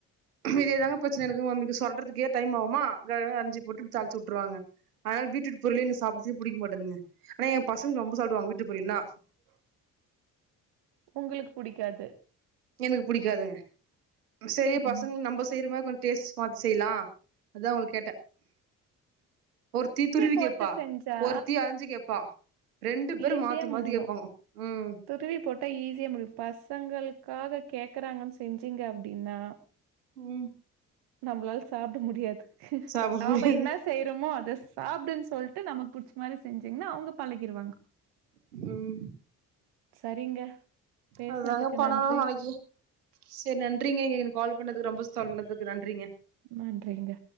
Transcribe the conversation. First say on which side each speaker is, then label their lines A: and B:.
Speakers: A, on the right; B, on the right.
A: இதேதாங்க பிரச்சன எனக்கு மம்மிக்கு சொல்றதுக்கே டைம் ஆவுமா கடகடனு அஞ்சி போட்டு தாளிச்சு வுட்ருவாங்க அதனால பீட்ரூட் பொரியலே என்க்கு சாப்செ புடிக்க மாட்டதுங்க ஆனா எ பசங்க ரொம்ப சாப்டுவாங்க வீட்டு பொரியல்னா
B: <inaudible> உங்களுக்கு புடிக்காது
A: எனக்கு புடிக்காதுங்க சரி பசங்க
B: ம்
A: நம்ப செய்ற மாரி கொஞ்சோ டேஸ்ட் பாத்து செய்லா அதா உங்க கேட்ட ஒருத்தி துருவி
B: போட்டு
A: கேப்பா
B: செஞ்சா
A: ஒருத்தி அரிஞ்சு கேப்பா ரெண்டு பேரு
B: ஈஸியா
A: மாத்தி மாத்தி
B: முடியு
A: கேப்பாங்க ம்
B: துருவி போட்டா ஈஸியா முடியு பசங்களுக்காக கேக்கறாங்கன்னு செஞ்சீங்க அப்டின்னா
A: ம்
B: நம்ளால சாப்ட முடியாது
A: சாப்ட
B: ஆம்ப
A: முடியாது
B: என்ன செய்றோமோ அத சாப்டுனு சொல்ட்டு நமக்கு புடிச்ச மாரி செஞ்சிங்கனா அவுங்க பழகிரு
A: ம்
B: சரிங்க பேசுனதுக்கு
A: அதுதாங்க பண்ணணு
B: நன்றி
A: நாளைக்கி செர் நன்றிங்க நீங்க நீ கால் பண்ணதுக்கு ரொம்பஸ்தலந்துக்கு நன்றிங்க
B: நன்றிங்க